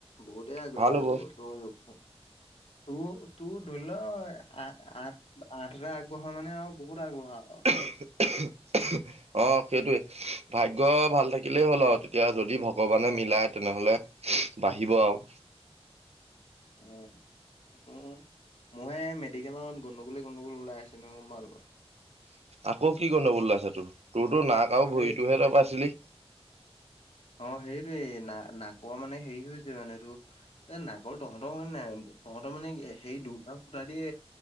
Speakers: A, on the left (about 70°); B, on the right (about 75°).
A: বহুতেই আগবাঢ়ি
B: ভাল
A: যাব
B: হ'ব
A: তোৰ তোৰ তোৰ ধৰি লোৱা আ আঠ আঠ হাজাৰ আগবঢ়া মানে আৰু বহুত আগবঢ়া আৰু।
B: <unintelligible> অঁ, সেইটোৱে ভাগ্য ভাল থাকিলেই হ'ল আও, তেতিয়া যদি ভগৱানে মিলাই তেনেহ'লে বাঢ়িব আও।
A: উম উম। মইয়ে মেডিকেলত গণ্ডগোলে গণ্ডগোল ওলাই আছে নহয় গম নাপাও।
B: আকৌ কি গণ্ডগোলে ওলাইছে তোৰ তোৰ তো নাক আৰু
A: সেই
B: ভৰিতোহে তই পইছিলি।
A: অঁ, সেইটোৱে না নাকোৱা মানে হেৰি হৈছে মানে এইটো এ নাগল তহঁতৰ হয় নাই, তহঁতৰ মানে সেই দুটা ফুটা দিয়ে